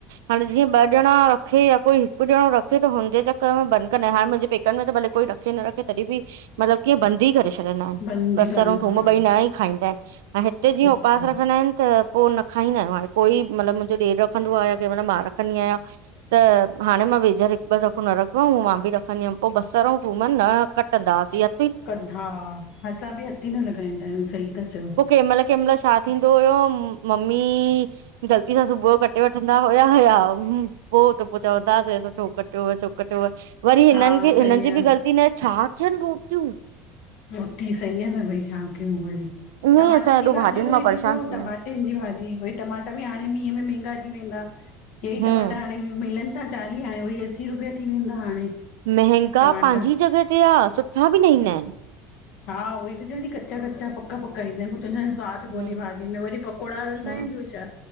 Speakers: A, on the right; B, on the left.
A: हाणे जीअं ॿ ॼणा रखे या कोई हिक ॼणो रखे त हुनजे चकर में बंद कंदा? हा, मुंहिंजे पेकन में त भले कोई की रखे ना रखे तॾहिं बि, मतलब कि इय बंद ही‌ करे छॾंदा आहिनि,
B: बंदी
A: बसर
B: कल
A: ऐं थूम
B: हा
A: ॿई न ई खाईंदा आहिनि, ऐं हिते जीअं
B: अच्छा
A: उपवास रखंदा आहिनि त पो न खाईंदा आहियूं, हाणे कोई मतलब मुंहिंजो ॾेर रखंदो आहे या कहिंमल मां रखंदी आहियां त हाणे मां वेझर हिकु ॿ दफ़ो न रख वा मां बि रखंदी हुअमि, पो बसर ऐं थूम न कटंदासीं या
B: कंधा, असां बि हथ ई न हि लॻाईंदा आहियूं, सही था चओ।
A: केमल केमल्ह छा थींदो हुयो? मम्मी। ग़लती सां सुबह जो कटे वठंदा हुया, या पोइ त पोइ चवंदासींसां छो कटियव, छोक त पो, वरी हिनन
B: हा
A: जी
B: सही
A: हिननि
B: आ,
A: जी बि ग़लती न, छा कियन रोटियूं।
B: रोटी सही आहे न भई छा कयूं वरी,
A: ईअं
B: टमाटे
A: ई असां हेॾो
B: जी भाॼियूं
A: भाॼियुनि
B: वरी
A: मां परेशान
B: ॾिसो
A: थी विया
B: टमा
A: आहियूं
B: टन जी भाॼी, भई टमाटा बि हाणे मीहं में महंगा थी वेंदा, हेय ई
A: हम्म,
B: टमाटा हाणे मिलन तां चालीह, हाणे वई असी रुपया थी वेंदा हाणे।
A: महंगा
B: टमाटा।
A: पांहिंजी जॻह ते आह। सुठा बि न ईंदा आहिनि।
B: हा उहोई त चवांती, कच्चा-कच्चा, पक्का- पक्का ईंदा आहिनि, पो चवंदीआयांस् सवाद कोन्हे
A: हम्म
B: भाॼियुन में, वरी पकौड़ा हलंदा
A: हम्म,
B: आहिनि ॿियो छा?